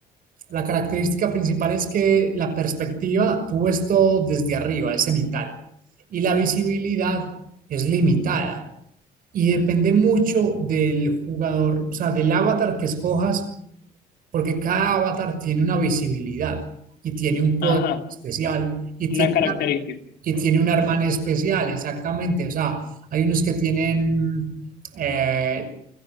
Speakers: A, on the right; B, on the left.
A: la característica principal es que la perspectiva, tú ves todo desde arriba, es cenital, y la visibilidad es limitada, y depende mucho del jugador, o sea, del avatar que escojas, porque cada avatar tiene una visibilidad y tiene un poder
B: Ajá,
A: especial y tiene
B: una característica,
A: Y tiene una hermana especial, exactamente. O sea, hay unos que tienen eh,